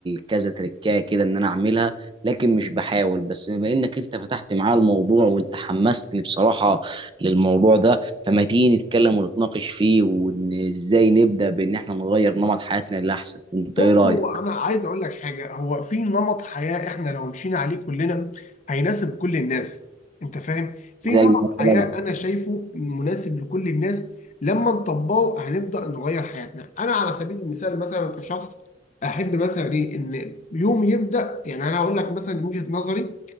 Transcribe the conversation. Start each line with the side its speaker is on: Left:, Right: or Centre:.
Right: كذا تركاية كده إن أنا أعملها لكن مش بحاول بس بما إنك أنت فتحت معايا الموضوع وأنت حمستني بصراحة للموضوع ده فما تيجي نتكلم ونتناقش فيه وان ازاي نبدا بان احنا نغير نمط حياتنا للاحسن انت
Left: بص
Right: ايه رايك
Left: هو انا عايز اقول لك حاجه هو في نمط حياه احنا لو مشينا عليه كلنا هيناسب كل الناس انت فاهم في
Right: زي
Left: نمط
Right: مثلا
Left: حياه انا شايفه مناسب لكل الناس لما نطبقه هنبدا نغير حياتنا انا على سبيل المثال مثلا كشخص احب مثلا ايه ان يومي يبدا يعني انا هقول لك مثلا من وجهه نظري